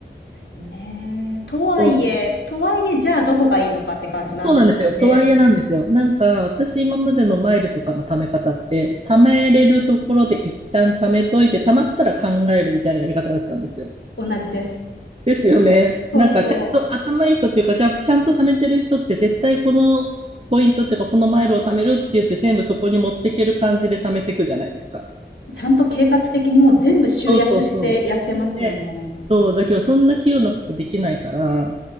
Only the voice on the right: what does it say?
そう
そうなんですよ。とはいえなんですよ。なんか、私今までのマイルとかの貯め方って、貯めれるところで一旦貯めといて、貯まったら考えるみたいなやり方だったんですよ。
ですよね。
なんか、ちゃんと頭いい人っていうか、ちゃん、ちゃんと貯めてる人って絶対このポイントっていうか、このマイルを貯めるって言って全部そこに持っていける感じで貯めていくじゃないですか。
そうそうそう。で、そう、だけどそんな器用なことできないから、